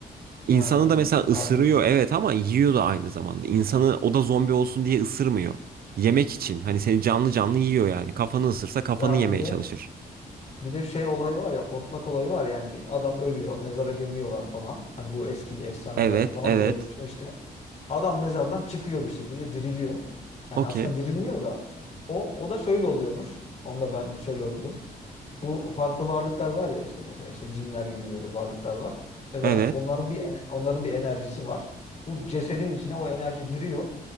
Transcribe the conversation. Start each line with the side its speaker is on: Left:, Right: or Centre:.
Right: İnsanı
Left: He,
Right: da mesela ısırıyor
Left: anladım.
Right: evet ama yiyor da aynı zamanda. İnsanı o da zombi olsun diye ısırmıyor. Yemek için hani
Left: Hı.
Right: seni canlı canlı yiyor yani. Kafanı ısırsa kafanı
Left: Ya
Right: yemeye
Left: bir de
Right: çalışır.
Left: Bir de şey olayı var ya hortlak olayı var yani bir adam ölüyor mezara gömüyorlar falan. Hani bu eski efsanelerde
Right: Evet
Left: falan
Right: evet
Left: bu da geçiyor işte. Adam mezardan çıkıyor bir şekilde diriliyor. Yani
Right: okey
Left: aslında dirilmiyor da o o da şöyle oluyormuş. Onu da ben şöyle okudum. Bu farklı varlıklar var ya işte mesela işte cinler gibi böyle varlıklar var. Mesela
Right: evet
Left: onların bir en- onların bir enerjisi var. Bu cesedin içine o enerji giriyor.